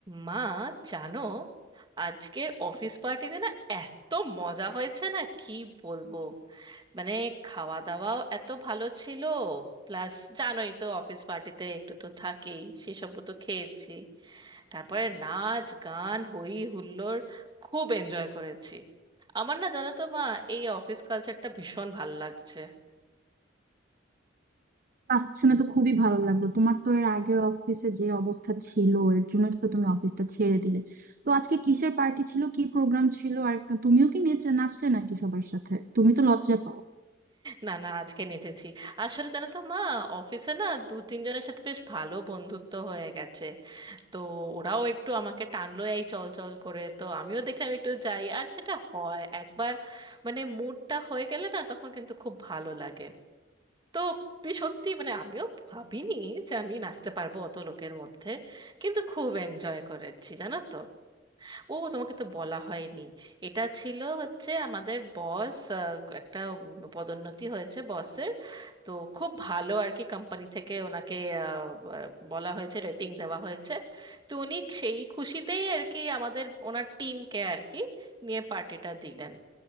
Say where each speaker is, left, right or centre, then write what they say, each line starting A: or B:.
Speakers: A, on the right (about 25°); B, on the right (about 45°).
A: মা জানো আজকের অফিস পার্টিতে না এত মজা হয়েছে না কি বলবো মানে খাওয়া দাওয়াও এত ভালো ছিল প্লাস জানোই তো অফিস পার্টিতে একটু তো থাকেই সেসব তো খেয়েছি তারপরে নাচ গান হই হুল্লোড় খুব এনজয় করেছি আমার না জানো তো মা এই অফিস কালচারটা ভীষণ ভাল লাগছে
B: বাহ শুনে তো খুবই ভালো লাগলো তোমার তো এর আগের অফিসে যে অবস্থা ছিল এর জন্য তো তুমি অফিসটা ছেড়ে দিলে তো আজকে কিসের পার্টি ছিল কি প্রোগ্রাম ছিল আর তুমিও কি নেচে নাচলে নাকি সবার সাথে তুমি তো লজ্জা পাও
A: না না আজকে নেচেছি আসলে জানো তো মা অফিসে না দু তিনজনের সাথে বেশ ভালো বন্ধুত্ব হয়ে গেছে তো ওরাও একটু আমাকে টানলো এই চল চল করে তো আমিও দেখলাম একটু যাই আর যেটা হয় একবার মানে মুডটা হয়ে গেলে না তখন কিন্তু খুব ভালো লাগে তো বি- সত্যি মানে আমিও ভাবিনি যে আমি নাচতে পারবো অত লোকের মধ্যে কিন্তু খুব এনজয় করেছি জানো তো ও তোমাকে তো বলা হয়নি এটা ছিল হচ্ছে আমাদের বস একটা উম, পদোন্নতি হয়েছে বসের তো খুব ভালো আর কি কোম্পানি থেকে ওনাকে আহ, ব- বলা হয়েছে রেটিং দেওয়া হয়েছে তো উনি সেই খুশিতেই আর কি আমাদের ওনার টিমকে আর কি নিয়ে পার্টিটা দিলেন